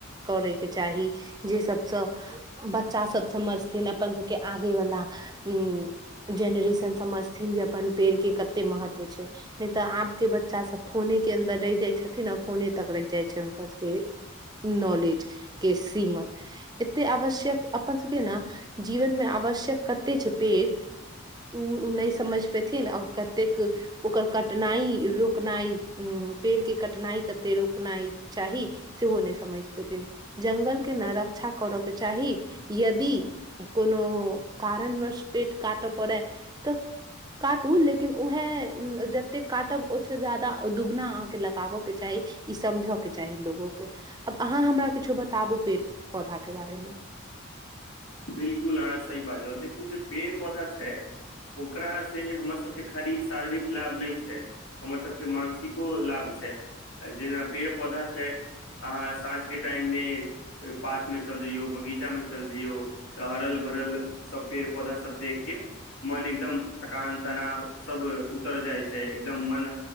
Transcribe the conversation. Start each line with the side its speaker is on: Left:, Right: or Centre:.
Right: करै केँ चाही जे सब स बच्चा सभ समझथिन अपन सभ केँ आबै वला <unintelligible> जेनरेशन समझथिन जे अपन पेड़ केँ कते महत्व होइ छै नै तऽ आब केँ बच्चा सब फोने केँ अन्दर रैह जय छथिन आ फोने तक रैह जय छै हुनकर सब केँ नॉलेज केँ सीमत एते आवश्यक अपन सब केँ न जीवन में आवश्यक कते छै पेड़ उऽ उऽ नै समझ पेथिन आ कतेक ओकर कठिनाइ रोकनाइ उ पेड़ केँ कठिनाइ कते रोकनै चाही से ओ नै समझ पेथिन जंगल केँ नै र क्षा कर केँ चाही यदि कोनो कारण वश पेट काटऽ पड़ै तऽ काटू लेकिन उहै जते काटब ओ से जादा दुगुना अहाँकेँ लगाब केँ चाही ई समझ केँ चाही लोगो केँ आब अहाँ हमरा किछो बताबू पेड़ पौधा केँ बारे में
Left: <inaudible> बिल्कुल अहाँ सही बाजलौ देखियै जे पेड़ पौधा छै ओकरा से हमर सब केँ खाली शारीरिक लाभ नै छै हमर सब केँ मानसिको लाभ छै जेना पेड़ पौधा छै अहाँ साँझ केँ टाइम में पार्क में चल जइयो बगीचा में चल जइयो तऽ हरल भरल सब पेड़ पौधा सब देख केँ मन एकदम थकान तना सब उतर जाइ छै एकदम मन